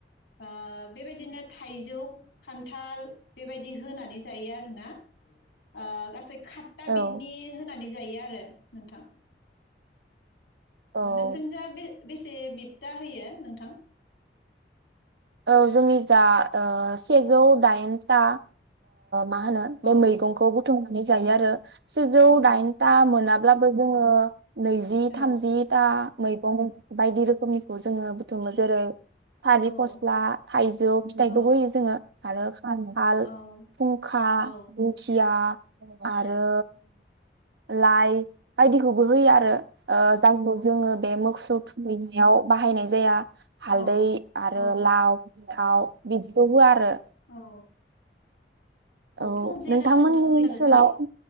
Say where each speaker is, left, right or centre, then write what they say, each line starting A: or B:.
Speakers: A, on the left (about 90°); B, on the right (about 70°).
A: ओ बेबायदिनो थाइजौ, खान्थाल बेबायदि होनानै जायो आरोना ओ गासै खाट्टा
B: औ
A: बिदनि होनानै जायो आरो। नोंथां
B: औ
A: नोंसोरनि जा बे बेसे बिट दा होयो नोंथां?
B: औ जोंनि जा ओ सेजौ दाइनथा मा होनो
A: औ
B: बे मैगंखौ बुथुमनानै जायो आरो सेजौ
A: औ
B: दाइनथा मोनाब्लाबो जोङो नैजि
A: औ
B: थामजिथा मैगं बायदि रोखोमनिखौ जोङो बुथुमो जेरै फारि
A: औ
B: फस <unintelligible> थाइजौ फिथाइखौबो
A: औ
B: होयो जोङो। आरो खान्थाल,
A: औ
B: खुंखा,
A: औ
B: दिंखिया आरो लाय बायदिखौबो होयो आरो ओ जायखौ जोङो बे मोसौ थुखैनायाव बाहायनाय जाया हालदै
A: औ
B: आरो
A: औ
B: लाव फान्थाव बिदि <unintelligible> होआ आरो
A: औ
B: औ
A: बेखौ मोनजायाना
B: नोंथांमोननि
A: नोंथां बैसागोखालि
B: ओनसोलाव